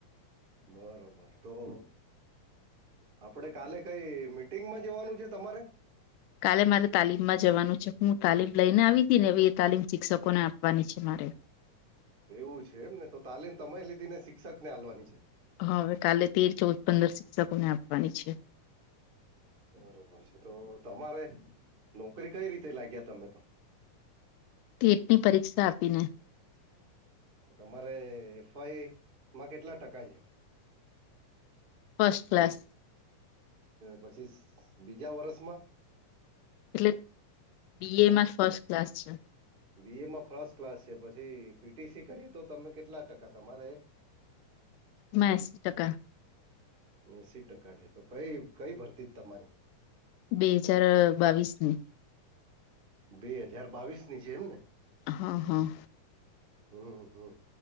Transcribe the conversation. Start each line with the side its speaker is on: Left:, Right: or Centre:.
Right: બરોબર તો આપડે કાલે કઈ મીટિંગમાં જવાનું છે તમારે
Left: કાલે મારે તાલીમમાં જવાનું છે હું તાલીમ લઈને આવી હતી ને એ એ તાલીમ શિક્ષકોને આપવાની છે મારે
Right: એવું છે એમ ને તો તાલીમ તમે લીધી ને શિક્ષક ને આપવાની છે
Left: હા હવે કાલે તેર ચૌદ પંદર શિક્ષકોને આપવાની છે
Right: બરોબર છે તો તમારે નોકરી કઈ રીતે લાગ્યા તમે તો
Left: ટેટની પરીક્ષા આપીને
Right: તો તમારે એફઆઈ માં કેટલા ટકા છે
Left: ફસ્ટ ક્લાસ
Right: પછી બીજા વરષમાં
Left: એટલે બી એમાં ફર્સ્ટ ક્લાસ છે
Right: બી એમાં ફર્સ્ટ ક્લાસ છે પછી પીટીસી કર્યું તો તમે કેટલા ટકા તમારે
Left: એશી ટકા
Right: એસી ટકા છે તો કઈ કઈ ભરતી જ તમારી
Left: બે હજાર બાવીસ ની
Right: બે હજાર બાવીસ ની છે એમ ને
Left: હા હા
Right: હમ હમ